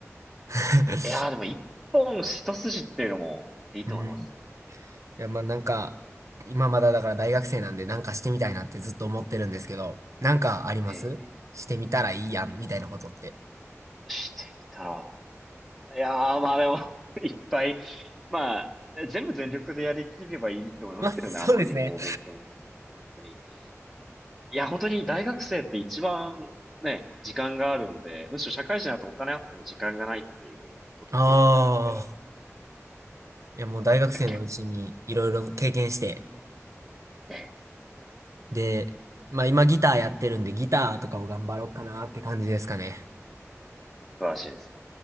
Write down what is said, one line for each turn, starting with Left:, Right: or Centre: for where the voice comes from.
Right: <laughs>
Centre: いやーでも一本一筋っていうのもいいと思いますよね。
Right: うん。いや、まあなんか、今まだだから大学生なんでなんかしてみたいなってずっと思ってるんですけど、なんかありますしてみたらいいやん、
Centre: ええ
Right: みたいなことって。
Centre: してみたら。いやー、まあでも <laughs> いっぱい、まあ、全部全力でやりきればいいと思いますけどね、
Right: <laughs> まあ、そうですね。
Centre: 遊びも勉強も。本当に。いや、本当に大学生って一番ね、時間があるんで、むしろ社会人だとお金あっても時間がないっていう方が圧倒的に多くなるんで、
Right: ああ、いやもう大学生のうちにいろいろ経験して、
Centre: 結構、ね
Right: で、まあ今ギターやってるんでギターとかを頑張ろうかなって感じですかね。
Centre: 素晴らしいです。